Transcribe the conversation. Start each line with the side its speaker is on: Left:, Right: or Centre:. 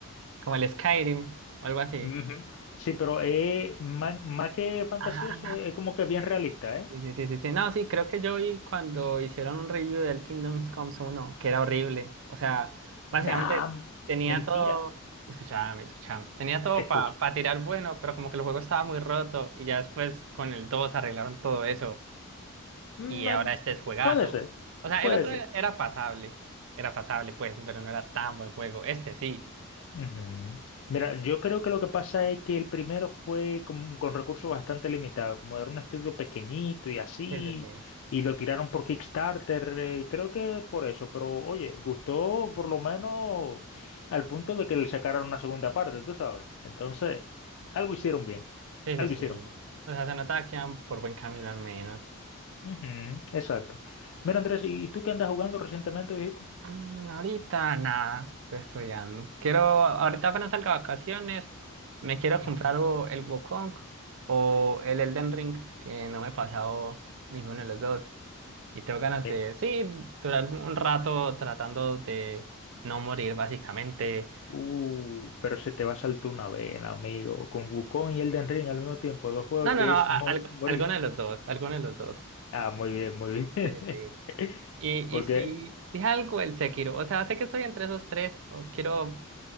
Right: como el Skyrim o algo así.
Left: Ujú. Sí, pero es más, más que fantasioso,
Right: Ah,
Left: es como que bien realista, ¿eh?
Right: sí, sí, sí, sí, sí. No, sí, creo que yo vi cuando hicieron un review del Kingdoms Comes uno que era horrible. O sea, básicamente
Left: Nah,
Right: tenía
Left: mentira.
Right: todo, escuchame, escuchame, tenía todo
Left: Te escucho.
Right: para tirar bueno, pero como que el juego estaba muy roto y ya después con el 2 arreglaron todo eso.
Left: Mm,
Right: Y ahora
Left: em,
Right: este es juegazo.
Left: puede ser,
Right: O sea,
Left: puede
Right: el otro
Left: ser.
Right: era, era pasable. Era pasable, pues, pero no era tan buen juego. Este sí.
Left: Ujú. Mira, yo creo que lo que pasa es que el primero fue con, con recursos bastante limitados, como era un estudio pequeñito y así,
Right: Sí, sí, sí.
Left: y lo tiraron por Kickstarter, eh, creo que por eso, pero oye, gustó por lo menos al punto de que le sacaron una segunda parte, tú sabes. Entonces, algo hicieron bien,
Right: Sí,
Left: algo
Right: sí, sí.
Left: hicieron bien.
Right: O sea, se notaba que iban por buen camino al menos.
Left: Ujú, Exacto. Mira, Andrés, ¿y tú qué andas jugando recientemente, dijiste?
Right: Mm, ahorita nada, estoy estudiando. Quiero, ahorita apenas salga de vacaciones, me quiero comprar
Left: Ujú.
Right: o el Wukong o el Elden Ring, que no me he pasado ninguno de los dos. Y tengo ganas
Left: Mira.
Right: de, sí, durar un rato tratando de no morir, básicamente
Left: Uh, pero se te va a saltar una vena, amigo. Con Wukong y Elden Ring al mismo tiempo, dos juegos
Right: No, no,
Left: que
Right: no,
Left: es
Right: a-
Left: mor-
Right: al-
Left: morir.
Right: alguno de los dos, alguno de los dos.
Left: Ah, muy bien, muy bien.
Right: Sí, sí, sí.
Left: <laughs>
Right: Y,
Left: Porque,
Right: y si, si algo el Sekiro, o sea, sé que estoy entre esos tres, o quiero